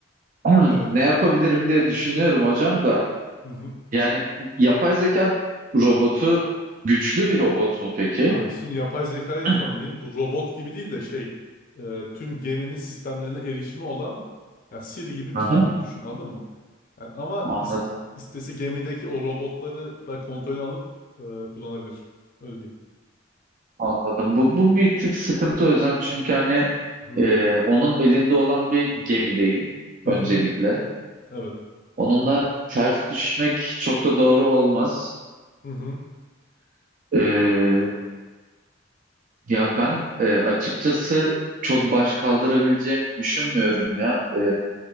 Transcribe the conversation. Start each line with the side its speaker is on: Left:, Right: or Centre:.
Right: <clears throat>
Left: Evet.
Right: ne yapabilirim diye düşünüyorum hocam da.
Left: Hı hı.
Right: Yani yapay zeka robotu güçlü bir robot mu peki?
Left: Ha, şimdi yapay zekayı
Right: <clears throat>
Left: da tanımlayayım. Bu robot gibi değil de şey e, tüm geminin sistemlerine erişimi olan ya Siri gibi
Right: Aha,
Left: bir şey gibi düşün anladın mı? Yani ama
Right: anladım.
Left: is- istese gemideki o robotları da kontrolünü alıp e, kullanabilir. Öyle diyeyim.
Right: Anladım. Bu, bu bir tık sıkıntı hocam. Çünkü hani
Left: Hı
Right: e, onun elinde olan bir gemideyim
Left: hı
Right: öncelikle.
Left: hı. Evet.
Right: Onunla ters düşmek çok da doğru olmaz.
Left: Hı hı
Right: E, Ya ben e, açıkçası çok baş kaldırabileceğimi düşünmüyorum ya. E,